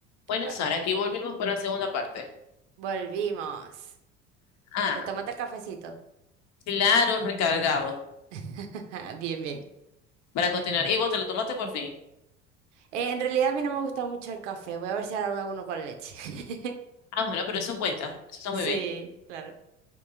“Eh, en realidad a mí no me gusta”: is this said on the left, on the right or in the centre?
Right